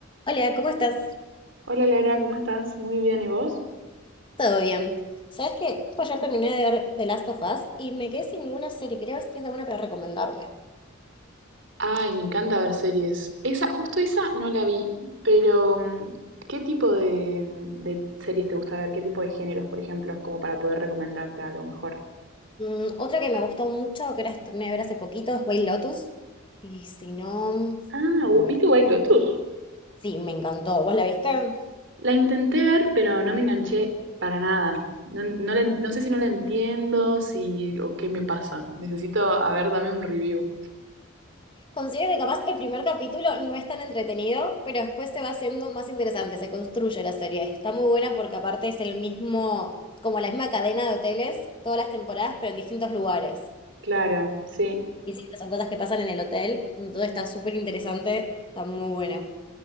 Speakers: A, on the left (about 25°); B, on the right (about 65°).
A: Hola, ¿cómo estás?
B: Hola Lara, ¿cómo estás? Muy bien, ¿y vos?
A: ¿Todo bien? ¿Sabes qué? Pues ayer terminé de ver The Last of Us y me quedé sin ninguna serie. Creo que tienes alguna para recomendarme.
B: Ay, me encanta ver series. Esa, justo esa no la vi, pero mm, ¿qué tipo de, mm, de series te gusta ver? ¿Qué tipo de géneros, por ejemplo? Como para poder recomendarte algo mejor.
A: Mm, otra que me gustó mucho, que era, terminé de ver hace poquito, es White Lotus. Y si no...
B: Ah,
A: A
B: Wo-
A: ver.
B: ¿viste White Lotus?
A: Sí, me encantó. ¿Vos la viste?
B: La intenté ver, pero no me enganché para nada. No, no la en- no sé si no la entiendo, si o qué me pasa. Necesito, a ver, dame un review.
A: Considero que capaz el primer capítulo no es tan entretenido, pero después se va haciendo más interesante, se construye la serie. Está muy buena porque aparte es el mismo, como la misma cadena de hoteles, todas las temporadas, pero en distintos lugares.
B: Claro, sí.
A: Y sí, son cosas que pasan en el hotel, entonces está súper interesante, está muy buena.